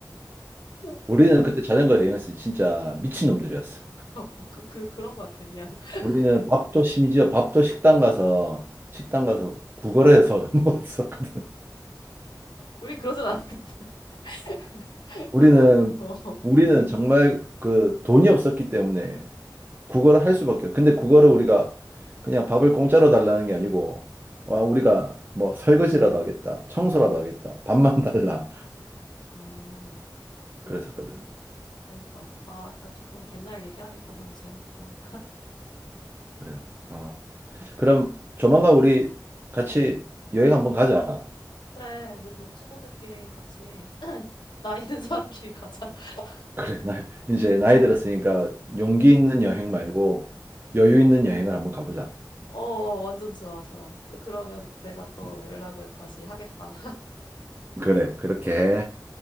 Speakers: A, on the left; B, on the right.
A: <laughs>
B: 우리는 그때 자전거 여행했을 때 진짜 미친놈들이었어.
A: 어, 어, 그, 그, 그런 것 같아. 미안. <laughs>
B: 우리는 밥도 심지어 밥도 식당 가서 식당 가서 구걸을 해서 얻어 먹었었거든.
A: 우린 그러진 않았대. <laughs>
B: 우리는
A: 우리, 우리, 어.
B: 우리는 정말 그 돈이 없었기 때문에 구걸을 할 수밖에. 없- 근데 구걸을 우리가 그냥 밥을 공짜로 달라는 게 아니고 와 우리가 뭐 설거지라도 하겠다, 청소라도 하겠다, 밥만 <laughs> 달라
A: 음,
B: 그랬었거든.
A: 음, 그러니까. 아, 야, 조금 옛날 얘기하니까 너무 재밌다.
B: 그래. 어. 그럼 조만간 우리 같이 여행 한번 가자.
A: 그래, 우리도 친구들끼리 같이 <laughs> 나이 든 사람끼리 가자. <laughs>
B: <clears throat> 그래, 나, 이제 나이 들었으니까 용기 있는 여행 말고 여유 있는 여행을 한번 가보자.
A: 어, 어, 완전 좋아, 좋아. 그러면 내가 또
B: 음,
A: 연락을 다시 하겠다.
B: 그래, 그렇게 해.